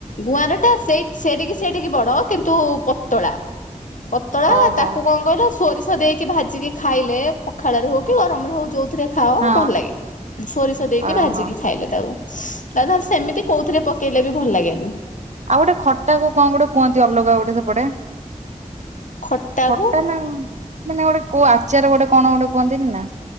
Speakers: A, on the left; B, on the right.
A: ଗୁଆଁର ଟା ସେ ସେଡିକି ସେଡିକି ବଡ କିନ୍ତୁ ପତଳା। ପତଳା
B: ଓହୋ।
A: ତାକୁ କଣ କହିଲ? ସୋରିଷ ଦେଇକି ଭାଜିକି ଖାଇଲେ, ପଖାଳ ରେ ହଉ କି ଗରମରେ ହଉ ଯଉଥିରେ ଖାଅ
B: ହଁ।
A: ଭଲ ଲାଗେ, ସୋରିଷ ଦେଇକି।
B: ଓହୋ
A: ଭାଜିକି ଖାଇଲେ ତାକୁ ତା ତାହେଲେ ସେମିତି କୋଉଥିରେ ପକେଇଲେ ବି ଭଲ ଲାଗେନି।
B: ଆଉ ଗୋଟେ ଖଟା କୁ କଣ ଗୋଟେ କୁହନ୍ତି, ଅଲଗା ଗୋଟେ ସେପଟେ?
A: ଖଟାକୁ
B: ଖଟା ନା ମାନେ ଗୋଟେ କୋଉ ଆଚାର ଗୋଟେ କଣ ଗୋଟେ କୁହନ୍ତିନି ନା?